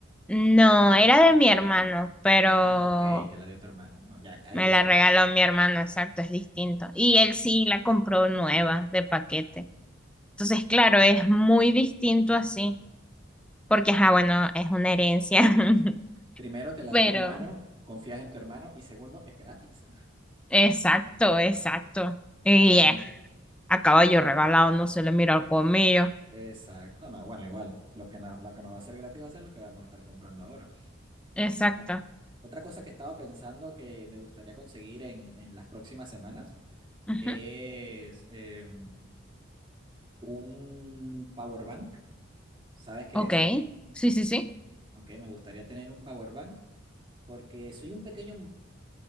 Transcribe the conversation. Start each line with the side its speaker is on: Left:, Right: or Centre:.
Centre: no, era de mi hermano, pero
Right: Ah, ok, te la dio tu hermano. No, ya, ahí
Centre: me
Right: es diferente.
Centre: la regaló mi hermano, exacto, es distinto. Y él sí la compró nueva, de paquete. Entonces, claro, es muy distinto así, porque, ah, bueno, es una herencia, <laughs>
Right: Primero, te la
Centre: pero,
Right: da tu hermano, confías en tu hermano y segundo, es gratis.
Centre: exacto, exacto. Y
Right: La que
Centre: es
Right: no...
Centre: a caballo regalado no se le mira el colmillo.
Right: Exacto, no, bueno, igual, lo que no, la que no va a ser gratis va a ser lo que vamos a estar comprando ahora.
Centre: Exacto.
Right: Ah, Otra cosa que estaba pensando que me gustaría conseguir en, en las próximas semanas
Centre: Ujú.
Right: es em, un power bank. ¿Sabes qué
Centre: Ok.
Right: es?
Centre: Sí, sí, sí.
Right: Ok, me gustaría tener un power bank porque soy un pequeño,